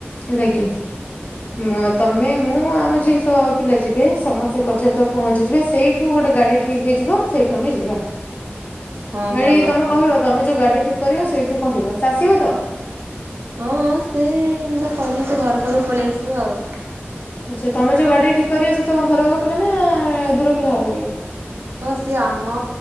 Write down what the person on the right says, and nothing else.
<unintelligible>
ହଁ
ଭଲ
ଭଲ
ହଁଁ ହଁ ସେ ମୁ ତାକୁ କହିଲେ ସେ ଘର ପାଖକୁ ପଳେଇ ଆସିବ ଆଉ।
ହଁ ସିଏ ଆମ